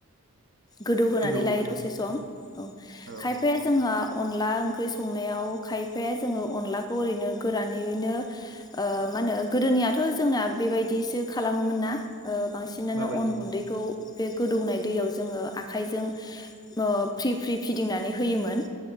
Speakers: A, on the left; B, on the right.
A: गोदौहोनानै
B: गोदौ होबाय
A: लायो दसे सम औ।
B: औ
A: खायफाया जोंहा अनला ओंख्रि संनायाव खायफाया जोङो अनलाखौ ओरैनो गोरानैनो ओ मा होनो गोदोनियाथ' जोंना बेबायदिसो खालामोमोन ना। ओ बांसिनानो
B: माबायदि
A: अन गुन्दैखौ बे गोदौनाय दैयाव जों जोङो आखाइजों ओ फ्रि फ्रि फिदिंनानै होयोमोन।